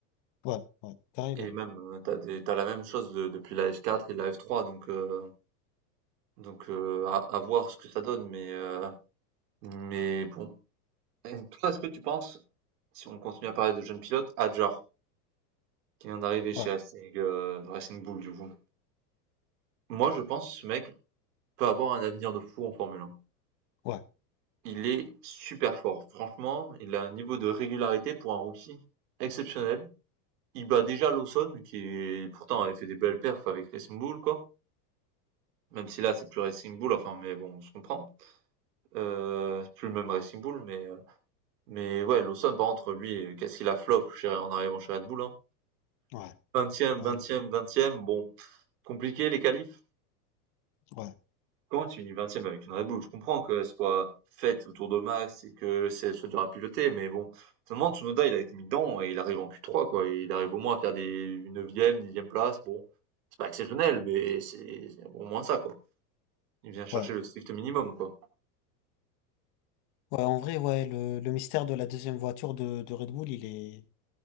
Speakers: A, on the left (about 50°); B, on the right (about 70°).
A: Ouais, ouais, carrément.
B: et même, heu, t'as des tu la même chose de depuis la F4 et la F3 donc, heu, donc, heu, à à voir ce que ça donne mais, heu, mais bon. Et toi, est-ce que tu penses Si on continue à parler de jeunes pilotes, Hadjar, qui vient d'arriver
A: Ouais,
B: chez Racing, euh, Racing Bull, du coup. Moi, je pense, que ce mec peut avoir un avenir de fou en Formule 1.
A: ouais,
B: Il est super fort. Franchement, il a un niveau de régularité pour un rookie exceptionnel. Il bat déjà Lawson, qui est- pourtant avait fait des belles perfs avec Racing Bull, quoi. Même si là, c'est plus Racing Bull, enfin, mais bon, on se comprend. Euh, c'est plus le même Racing Bull, mais, euh, mais ouais, Lawson, par contre, lui, qu'est-ce qu'il a flop chez- en arrivant chez Red Bull, hein.
A: ouais,
B: Vingtième
A: ouais,
B: vingtième
A: le-
B: vingtième bon, compliqué les qualifs.
A: ouais,
B: Quand tu finis 20 avec une Red Bull? Je comprends qu'elle soit faite autour de Max et que c'est- elle soit dure à piloter, mais bon, finalement, Tsunoda, il a été mis dedans et il arrive en Q3, quoi. Il arrive au moins à faire des neuvième, dixième place. Bon, c'est pas exceptionnel, mais c'est c'est au moins ça, quoi. Il vient chercher
A: ouais.
B: le strict minimum, quoi.
A: Ouais, en vrai, ouais, le, le mystère de la deuxième voiture de, de Red Bull, il est,